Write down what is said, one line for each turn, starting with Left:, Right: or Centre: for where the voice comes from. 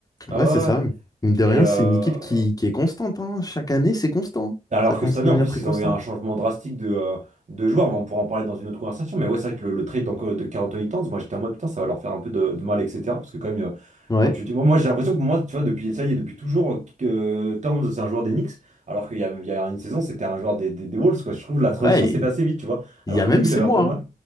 Right: Ah
Left: ouais,
Right: ouais,
Left: c'est ça.
Right: ouais.
Left: Mine de
Right: Et,
Left: rien,
Right: euh,
Left: c'est une équipe qui, qui est constante. hein. Chaque année, c'est constant.
Right: Alors
Left: Ça commence
Right: que cette année,
Left: à devenir
Right: en plus,
Left: très
Right: ils
Left: constant.
Right: ont eu un changement drastique de, euh, de joueurs, mais on pourra en parler dans une autre conversation. Mais ouais, c'est vrai que le, le trade d'Anco- de Carl Anthony Towns, moi j'étais en mode putain, ça va leur faire un peu de, de mal, etc. Parce que, quand même, euh,
Left: Ouais,
Right: quand tu dis. Moi, moi, j'ai l'impression que moi, tu vois, depuis ça y est, depuis toujours, euh, que Towns, c'est un joueur des Knicks, alors qu'il y a, il y a une saison, c'était un joueur des, des, des Wolves, quoi. Je trouve que la transition
Left: ouais. Il
Right: s'est fait assez vite, tu vois.
Left: il
Right: Alors
Left: y a
Right: qu'au
Left: même
Right: début,
Left: six
Right: j'avais
Left: mois.
Right: un peu de
Left: hein.
Right: mal.